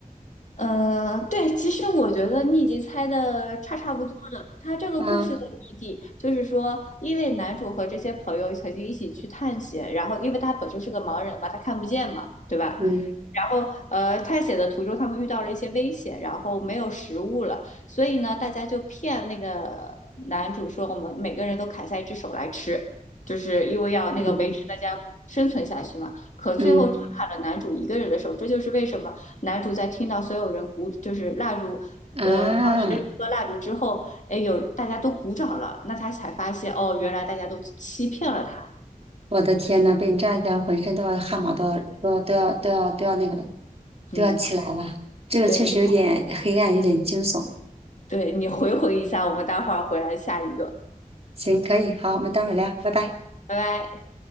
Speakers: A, on the left; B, on the right.
A: 呃，对，其实我觉得你已经猜的差差不多了。他这个故事的谜底就是说，
B: 啊，
A: 因为男主和这些朋友曾经一起去探险，然后因为他本身是个盲人嘛，他看不见嘛，对吧？
B: 嗯
A: 然后呃，探险的途中他们遇到了一些危险，然后没有食物了，所以呢，大家就骗那个男主说，我们每个人都砍下一只手来吃，就是因为要那个维持大家生存下去嘛。
B: 嗯
A: 可最后只砍了男主一个人的手，
B: 嗯
A: 这就是为什么。男主在听到所有人鼓，就是蜡烛，
B: 啊！
A: 呃，唱了十颗蜡烛之后，哎，有大家都鼓掌了，那他才发现，哦，原来大家都欺骗了他。
B: 我的天呐，被你这样一讲，浑身都要汗毛都要都要都要都要都要那个了，都要起来了。
A: 嗯，
B: 这个确实有点黑暗，
A: 对你，
B: 有点惊悚。
A: 对你回回一下，我们待会儿回来下一个，
B: 行，可以，好，我们待会儿聊，拜拜。
A: 拜拜。